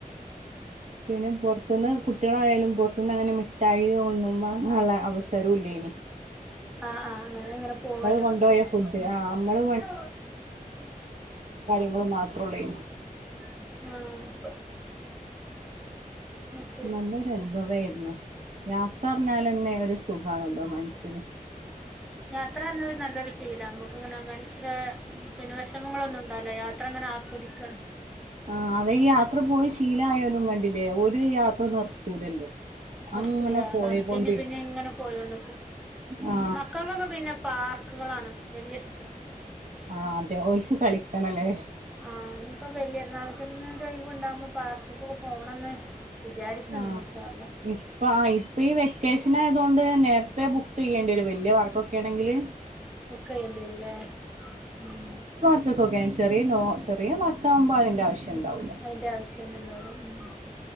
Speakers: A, on the right; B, in the centre.
A: പിന്നെ പോർത്ത്ന്ന് കുട്ട്യാളായാലും പൊർത്തുന്ന് അങ്ങനെ മിട്ടായി ഒന്നും വാങ്ങാള്ളെ അവസരം ഇല്ലെനി
B: ആഹ് ആഹ് അങ്ങനെ അങ്ങനെ പോവല്ലേ
A: കൊണ്ടുപോയ
B: ബസ്സില്
A: ഫുഡ് ആ നമ്മള്
B: ഉം
A: ങ്ങള് മാത്രള്ളോനി
B: ആഹ് അത് ശരി
A: നല്ലൊരു അനുഭവായിരുന്നു യാത്ര അർഞാലെന്നെ ഒരു സുഖണല്ലോ മനസ്സിന്
B: ഉ യാത്ര അർഞ്ഞാല് നല്ലൊരു ഫീലാ അമ്മക്ക് ഇങ്ങനെ മനസ്സില് പിന്നെ വെശമങ്ങളൊന്നും ഇണ്ടാവുല യാത്ര അങ്ങനെ ആസ്വ സ്വദിക്കണം
A: ആഹ് അതേ ഈ യാത്ര പോയി ശീലയോലും കണ്ടില്ലേ ഓര് യാത്ര നിർത്തൂലല്ലോ
B: നിർത്തൂല
A: അങ്ങനെ പോയിക്കൊണ്ടിരിക്കും
B: അതാണ് പിന്നെ പിന്നെ ഇങ്ങനെ പോയോണ്ട്ക്കും
A: ആ
B: മക്കൾക്കൊ പിന്നെ പാർക്കുകളാണ് വല്യ ഇഷ്ടം
A: ആ അതെ ഓല്ക്ക് കളിക്കണല്ലേ
B: ആ ഞ്ഞിയിപ്പോ വല്യരുന്നാൾക്കക്ക് ന്ന് ഒരു ഒഴിവ് ണ്ടാകുമ്പ പാർക്ക്കൊക്കെ പോണന്ന് ക്ക
A: ആഹ്
B: ണ്ട് ഇൻശാ അല്ലാഹ്
A: ഇപ്പ ഇപ്പ ഈ വെക്കേഷനായതൊണ്ട് നേരത്തെ ബുക്ക് ചെയ്യേണ്ടി വരും വല്ല്യ വർക്കൊക്കെ ആണെങ്കില്
B: ബുക്കെയ്യേണ്ടി രും ല്ലെ ഉം
A: ഇതൊക്കൊക്കെ ചെറിയ നോ ചെറിയ വർക്കാവുമ്പോ അതിന്റെ ആവശ്യം ഇണ്ടാവൂല
B: അയിന്റെ ആവശ്യംന്നുണ്ടാവൂല ഉം